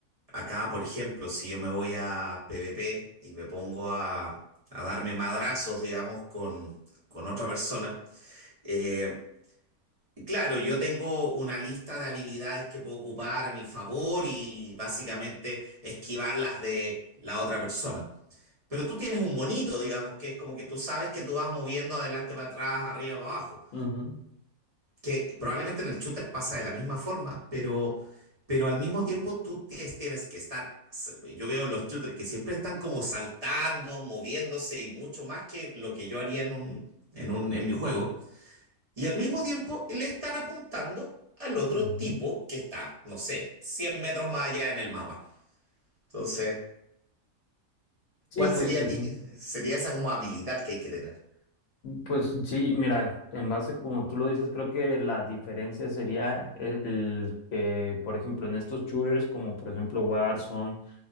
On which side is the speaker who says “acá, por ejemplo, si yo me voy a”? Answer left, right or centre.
Right